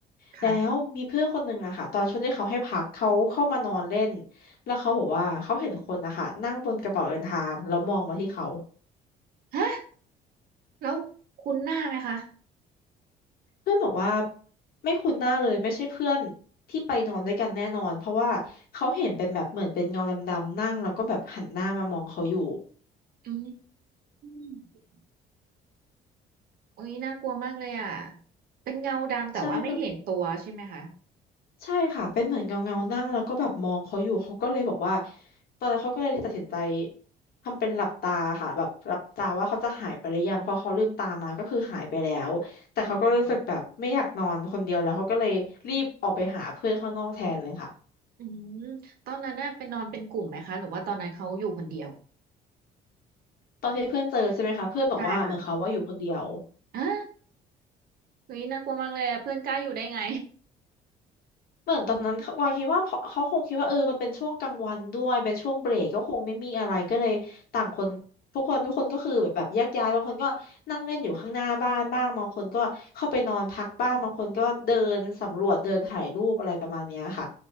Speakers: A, on the right; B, on the left.
A: ค่ะ
B: แล้วมีเพื่อนคนหนึ่งอะค่ะตอนช่วงที่เขาให้พักเขาเข้ามานอนเล่นแล้วเขาบอกว่าเขาเห็นคนนะคะนั่งบนกระเป๋าเดินทางแล้วมองมาที่เขา
A: ฮะแล้วคุ้นหน้าไหมคะ
B: เพื่อนบอกว่าไม่คุ้นหน้าเลยไม่ใช่เพื่อนที่ไปนอนด้วยกันแน่นอนเพราะว่าเขาเห็นเป็นแบบเหมือนเป็นเงาดำๆนั่งแล้วก็แบบหันหน้ามามองเขาอยู่
A: อืมโอ้ยน่ากลัวมากเลยอ่ะเป็นเงาดำแต่ว่าไม่เห็นตัวใช่ไหมคะ
B: ใช่แบบ ใช่ค่ะเป็นเหมือนเงาเงานั่งแล้วก็แบบมองเขาอยู่เขาก็เลยบอกว่าตอนนั้นเขาก็เลยตัดสินใจทำเป็นหลับตาค่ะแบบหลับตาว่าเขาจะหายไปหรือยังพอเขาลืมตามาก็คือหายไปแล้วแต่เขาก็รู้สึกแบบไม่อยากนอนคนเดียวแล้วเขาก็เลยรีบออกไปหาเพื่อนข้างนอกแทนเลยค่ะ
A: อืมอืมตอนนั้นน่ะเป็นนอนเป็นกลุ่มไหมคะหรือว่าตอนนั้นเขาอยู่คนเดียว
B: ตอนที่เพื่อนเจอใช่ไหมคะเพื่อนบอกว่าเหมือนเขาว่าอยู่คนเดียว
A: ใช่ค่ะอ่า เฮ้ยน่ากลัวมากเลยอะเพื่อนกล้าอยู่ได้ไง
B: เหมือนตอนนั้นเขาวาคิดว่าเพราะเขาคงคิดว่าเออมันเป็นช่วงกลางวันด้วยเป็นช่วงเบรกก็คงไม่มีอะไรก็เลยต่างคนทุกคนทุกคนก็คือแบบแบบแยกย้ายบางคนก็นั่งเล่นอยู่ข้างหน้าบ้านบ้างบางคนก็เข้าไปนอนพักบ้างบางคนก็เดินสำรวจเดินถ่ายรูปอะไรประมาณเนี้ยค่ะ
A: อืม